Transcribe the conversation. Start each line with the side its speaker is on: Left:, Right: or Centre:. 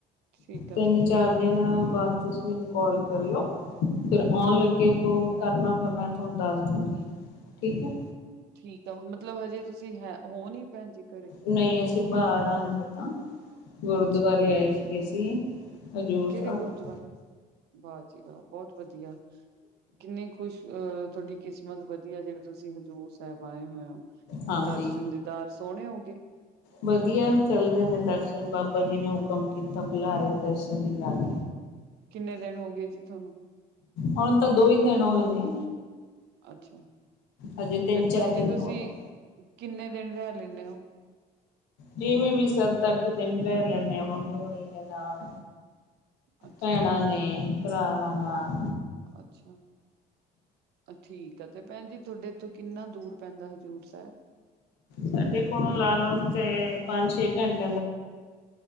Right: ਠੀਕ ਆ
Left: ਤਿੰਨ -ਚਾਰ ਦਿਨ ਬਾਅਦ ਤੁਸੀਂ ਮੈਨੂੰ ਕਾਲ ਕਰਿਓ ਫਿਰ ਆਉਣ ਲੱਗੇ ਫੋਨ ਕਰਨਾ ਫਿਰ ਮੈਂ ਤੁਹਾਨੂੰ ਦੱਸ ਦੇਵਾਂਗੀ, ਠੀਕ ਹੈ
Right: ਠੀਕ ਆ ਮਤਲਬ ਹਜੇ ਤੁਸੀਂ ਹੈ ਹੋ ਨੀ ਭੈਣ ਜੀ ਘਰੇ
Left: ਨਹੀਂ ਅਸੀਂ ਬਾਹਰ ਆ ਹਜੇ ਤਾਂ, ਗੁਰਦੁਆਰੇ
Right: ਅੱਛਾ ਠੀਕ
Left: ਆਏ ਸੀਗੇ ਅਸੀਂ ਹਜ਼ੂਰ
Right: ਕਿਹੜੇ
Left: ਸਾਹਿਬ
Right: ਗੁਰਦੁਆਰੇ, ਵਾਹ ਜੀ ਵਾਹ ਬਹੁਤ ਵਧੀਆ ਕਿੰਨੀ ਖੁਸ਼ ਅਹ ਤੁਹਾਡੀ ਕਿਸਮਤ ਵਧੀਆ ਜਿਹੜੇ ਤੁਸੀਂ ਹਜ਼ੂਰ ਸਾਹਿਬ ਆਏ ਹੋਏ ਹੋ
Left: ਹਾਂਜੀ
Right: ਦਰਸ਼ਨ ਦੀਦਾਰ ਸੋਹਣੇ ਹੋ ਗਏ
Left: ਵਧੀਆ ਚੱਲਦੇ ਨੇ ਦਰਸ਼ਨ ਬਾਬਾ ਜੀ ਨੇ ਹੁਕਮ ਕੀਤਾ ਬੁਲਾਇਆ ਦਰਸ਼ਨ ਯਾਦ
Right: ਕਿੰਨੇ ਦਿਨ ਹੋ ਗਏ ਜੀ ਤੁਹਾਨੂੰ
Left: ਹੁਣ ਤਾਂ ਦੋ ਹੀ ਦਿਨ ਹੋਏ ਨੇ
Right: ਅੱਛਾ
Left: ਹਜੇ ਤਿੰਨ
Right: ਤੇ
Left: ਚਾਰ
Right: ਭੈਣ ਜੀ
Left: ਦਿਨ
Right: ਤੁਸੀਂ
Left: ਹੋ ਗਏ।
Right: ਕਿੰਨੇ ਦਿਨ ਰਹਿ ਲੈਂਦੇ ਹੋ
Left: ਜਿਵੇਂ ਵੀ ਸੱਤ- ਅੱਠ ਦਿਨ ਰਹਿ ਲੈੰਦੇ ਆ ਮੰਮੀ ਹੋਣੀ ਦੇ ਨਾਲ
Right: ਅੱਛਾ
Left: ਭੈਣਾਂ ਨੇ ਭਰਾਵਾਂ ਨਾਲ
Right: ਅੱਛਾ ਠੀਕ ਆ ਤੇ ਭੈਣ ਜੀ ਤੁਹਾਡੇ ਇੱਥੋਂ ਕਿੰਨਾ ਦੂਰ ਪੈਂਦਾ ਹਜ਼ੂਰ ਸਾਹਿਬ
Left: ਸਾਡੇ ਕੋਲੋਂ ਲਾ ਲਓ ਤੇ ਪੰਜ -ਛੇ ਘੰਟੇ